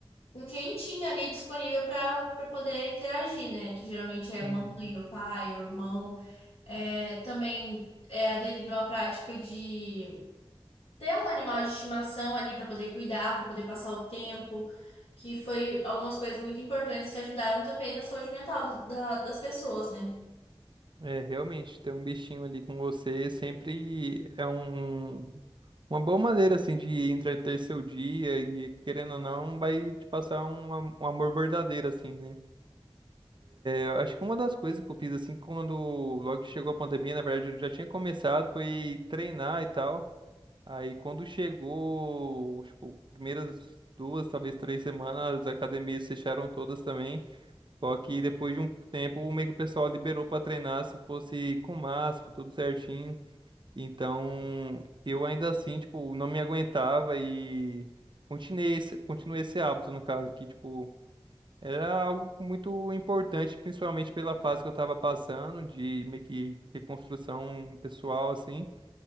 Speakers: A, on the left; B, on the right.
A: com quem tinha ali disponível para para poder interagir, né? Que geralmente é mãe,
B: Uhum.
A: o pai, o irmão. É, também é aderir a uma prática de ter um animal de estimação ali para poder cuidar, para poder passar o tempo, que foi algumas coisas muito importantes que ajudaram também na saúde mental do- da- das pessoas, né?
B: É, realmente, ter um bichinho ali com você sempre é um, uma boa maneira, assim, de entreter seu dia e, querendo ou não, vai te passar um, am- um amor verdadeiro, assim, né? Eu acho que uma das coisas que eu fiz assim, quando logo que chegou a pandemia, na verdade eu já tinha começado, foi treinar e tal. Aí quando chegou, tipo, primeiras duas, talvez três semanas, as academias fecharam todas também. Só que depois de um tempo, meio que o pessoal liberou para treinar se fosse com máscara, tudo certinho. Então, eu ainda assim, tipo, não me aguentava e continuei esse, continuei esse hábito, no caso, que, tipo, era algo muito importante, principalmente pela fase que eu estava passando, de meio que reconstrução pessoal, assim.